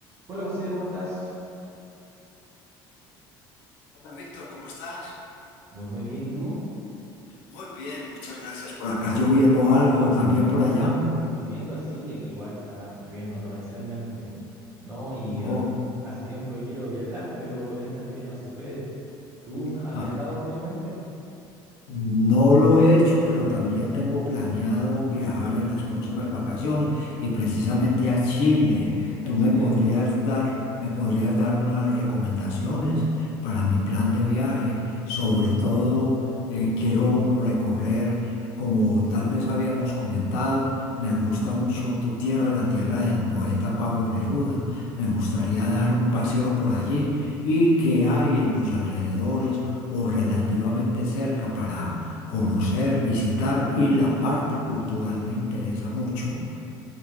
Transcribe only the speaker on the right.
Hola José, ¿cómo estás?
Muy muy bien, ¿y tú?
Lloviendo así, aquí igual está lloviendo torrencialmente, ¿no? Y
eh, hace tiempo que quiero viajar, pero con esta lluvia no se puede. ¿Tú
has viajado últimamente?
¿A
Chile?